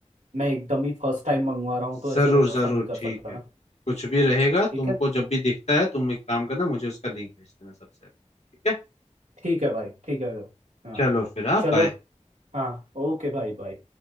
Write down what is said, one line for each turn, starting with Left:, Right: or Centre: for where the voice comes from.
Right: मैं एकदम ही फर्स्ट टाइम मंगवा रहा हूँ तो
Left: जरूर
Right: ऐसे भरोसा
Left: जरूर
Right: नहीं कर
Left: ठीक
Right: सकता
Left: है
Right: ना
Left: कुछ भी रहेगा
Right: ठीक
Left: तुमको
Right: है
Left: जब भी दिखता है तुम एक काम करना मुझे उसका लिंक भेज देना सबसे ठीक है
Right: ठीक है भाई ठीक है हाँ
Left: चलो फिर हाँ
Right: चलो
Left: बाय
Right: हाँ ओके भाई बाय